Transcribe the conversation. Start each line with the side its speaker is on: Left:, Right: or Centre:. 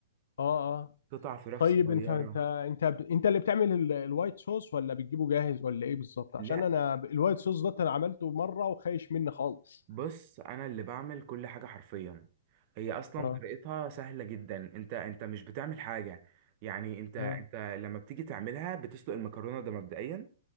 Left: اه اه
Right: قطع فراخ
Left: طيب
Right: صغيره
Left: انت انت انت انت اللي بتعمل ال- الوايت صوص ولا بتجيبه جاهز ولا ايه بالظبط عشان
Right: لا
Left: انا ب- الوايت صوص ده انا عملته مره وخايش مني خالص
Right: بص انا اللي بعمل كل حاجه حرفيا هي اصلا
Left: اه
Right: طريقتها سهله جدا انت انت مش بتعمل حاجه يعني انت انت
Left: اه
Right: لما بتيجي تعملها بتسلق المكرونه ده مبدئيا